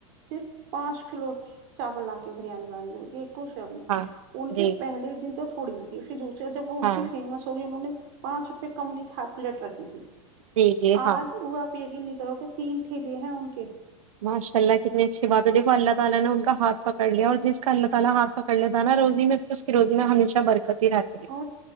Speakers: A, on the right; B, on the right.
A: صرف پانچ کلو چاول لا کے بریانی بنانی چتی سب
B: ہاں
A: ان کے
B: جی
A: پہلے دن تک تھوڑی ہوی دوسرے جب وہ ان
B: ہاں
A: کی فیمس ہوگی انہوں نے پانچ روپئے کمی تھ پلیٹ رکھی تھی
B: جی جی ہاں
A: آج وہ آپ ا کی نک کرو کہ تین ٹھیلے ہیں ان کے
B: ماشاءاللہ کتنی اچھی بات ہے دیکھو اللہ تعالی نے ان کا ہاتھ پکڑ لیا اور جس کا اللہ تعالی ہاتھ پکڑ لیتا نا روزی میں اس کی روزی میں ہمیشہ برکت ہی رہتی ہے
A: اور